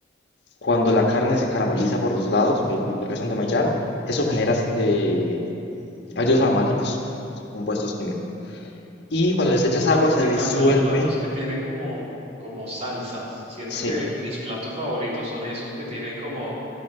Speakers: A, on the left (about 65°); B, on the right (about 35°).
A: Cuando la carne se carameliza por los lados, ahí, ahí resuena de Maillard, eso genera eh, ácidos aromáticos, compuestos químicos. Y cuando les
B: Me
A: echas
B: encanta,
A: agua se
B: me encantan
A: disuelven.
B: los platos que tienen como, como salsas. Siento
A: Sí,
B: que mis platos favoritos son esos que tienen como